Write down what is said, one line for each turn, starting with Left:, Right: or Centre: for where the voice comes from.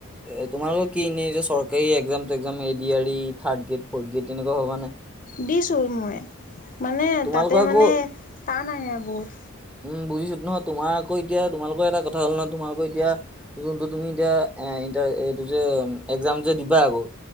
Centre: এ তোমালোকৰ কি এনে চৰ একেই এক্জাম টে্জাম এ ডি আৰ থাৰ্ড্ৰেড ফৰ্থ গ্ৰে তেনেকুৱা হ'বা নে?
Left: দিছোঁ মই মানে
Centre: তোমালোকৰ
Left: তাতে
Centre: আকৌ
Left: মানে টান আহে বহুত।
Centre: উম বুজিছোঁ নহয় তোমাৰ আকৌ এতিয়া তোমালোকৰ এটা কথা হ'ল নহ তোমাৰ আকৌ এতি যোনটো তুমি এতিয়া এ এইটো যে এক্জাম যে দিবা আকৌ